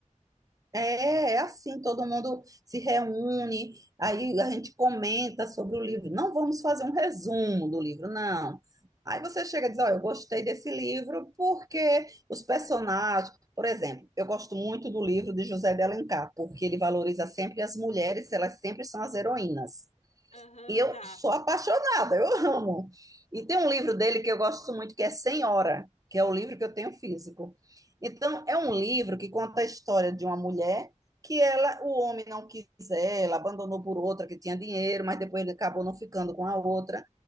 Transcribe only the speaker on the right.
é, é assim, todo mundo se reúne, aí a gente comenta sobre o livro. Não vamos fazer um resumo do livro, não. Aí você chega e diz, olha, eu gostei desse livro porque os personagens, por exemplo, eu gosto muito do livro de José de Alencar, porque ele valoriza sempre as mulheres, elas sempre são as heroínas.
E eu
sou apaixonada, eu amo. E tem um livro dele que eu gosto muito, que é Senhora, que é o livro que eu tenho físico. Então, é um
livro que conta a história de uma mulher que ela, o homem não quis ela, abandonou por outra que tinha dinheiro, mas depois ele acabou não ficando com a outra.